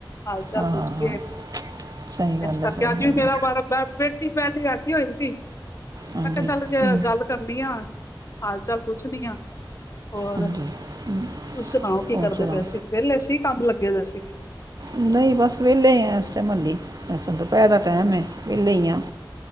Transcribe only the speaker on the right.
ਹਾਂ ਹਾਂ,
ਸਹੀ ਗੱਲ
ਹੈ ਸਹੀ
ਗੱਲ
ਹੈ
ਹਾਂਜੀ
ਹਮ,
ਹਾਂਜੀ ਹਮ,
ਹੋਰ
ਸੁਣਾ
ਨਈ ਬਸ ਵੇਲੇ ਆਂ ਐਸ ਟੈਮ ਹੱਲੀ। ਐਸਲੇ ਦਪੈਰ ਦਾ ਟੈਮ
ਏ ਵੇਲੇ ਈ ਆਂ।